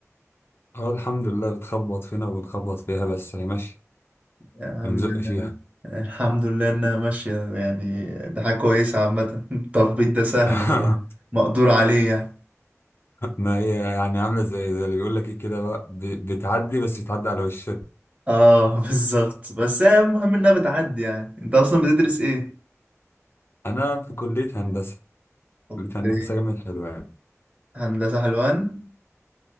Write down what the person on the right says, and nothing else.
يا عم
الحمد لله انها ماشية يعني ده حاجة كويسة عامة <laughs> التخبيط ده سهل
مقدور عليه يعني
اه <laughs> بالظبط بس هي المهم انها بتعدي يعني انت اصلا بتدرس ايه
اوكي
هندسة حلوان